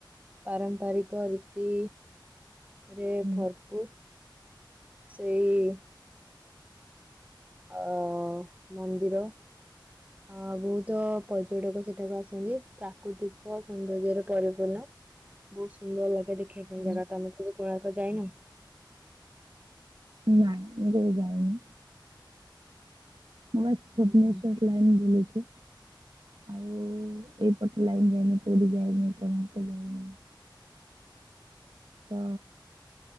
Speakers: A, on the right; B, on the right.
A: ପାରମ୍ପାରିକ ରୀତି ରେ
B: ହୁଁ
A: ଭରପୁର ସେଇ ଆଉ ମନ୍ଦିର ଆ ବହୁତ ପର୍ଯ୍ୟଟକ ସେଠାକୁ ଆସନ୍ତି ପ୍ରାକୃତିକ ସୌନ୍ଦର୍ଯ୍ୟରେ ପରିପୂର୍ଣ୍ଣ। ବହୁତ ସୁନ୍ଦର ଲାଗେ ଦେଖିବା ପାଇଁ
B: ହୁଁ
A: ଜାଗା ତ ଆମେ କେବେ କୋଣାର୍କ ଯାଇନ?
B: ନା ମୁଁ କେବେ ଯାଇନି? ମୁଁ ବାସ ଭୁବନେଶ୍ଵର
A: ହୁଁ ହୁଁ
B: ଲାଇନ ବୁଲିଛି। ଆଉ ଏଇପଟ ଲାଇନ୍ ଯାଇନି। ପୁରୀ ଯାଇନି। କୋଣାର୍କ ଯାଇନି। ତ